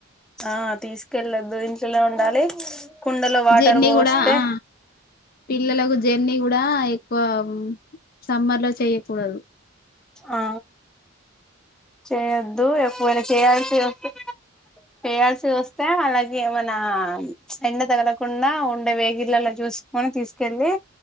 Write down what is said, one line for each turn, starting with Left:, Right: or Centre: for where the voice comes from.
Centre: ఆ తీసుకెళ్ళొద్దు ఇంట్లనె ఉండాలి కుండలో వాటర్
Left: జర్నీ
Centre: పోస్తే
Left: కూడా ఆ పిల్లలకు జర్నీ కూడా ఎక్కువ సమ్మర్ లో చేయ్యకూడదు
Centre: ఆ చేయొద్దు ఎక్కువైనా చేయాల్సి వస్ వేయాల్సి వోస్తే అలాగే మన ఎండ తగలకుండా ఉండే వేగిల్లలో జు స్పుని తీసుకెళ్ళి